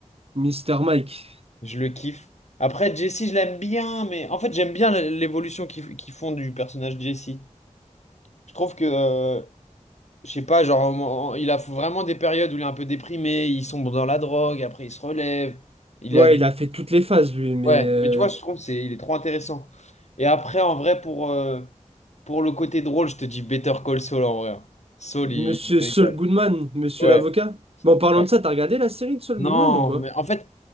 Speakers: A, on the right (about 50°); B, on the left (about 65°).
A: Mister Mike.
B: Je le kiffe. Après, Jesse, je l'aime bien, mais en fait, j'aime bien l'évolution qu'ils qu'ils font du personnage Jesse. Je trouve que, euh, je sais pas, genre, en- en- il a vraiment des périodes où il est un peu déprimé, il sombre dans la drogue, après il se relève. Il
A: Ouais,
B: est
A: il a fait toutes les phases lui, mais...
B: Ouais,
A: euh,
B: mais tu vois, je trouve que c'est il est trop intéressant. Et après, en vrai, pour, euh, pour le côté drôle, je te dis Better Call Saul en vrai. hein. Saul,
A: Monsieur
B: il il me
A: Saul
B: régale.
A: Goodman, Monsieur
B: Ouais,
A: l'avocat. Mais en parlant
B: ouais.
A: de ça, t'as regardé la série de Saul
B: Non,
A: Goodman ou pas?
B: mais en fait,